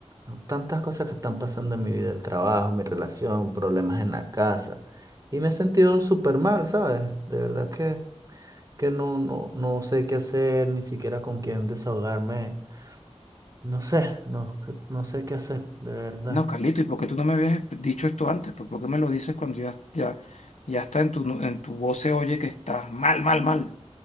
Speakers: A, on the right; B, on the left.
A: ¿no? tantas cosas que están pasando en mi vida, el trabajo, mi relación, problemas en la casa. Y me he sentido súper mal, ¿sabes? De verdad que, que no, no, no sé qué hacer, ni siquiera con quién desahogarme no sé, no, que- no sé qué hacer, de verdad.
B: No, Carlito, ¿y por qué tú no me habías exp- dicho esto antes? Pues, ¿por qué me lo dices cuando ya, ya, ya está en tu, en tu voz se oye que estás mal, mal, mal?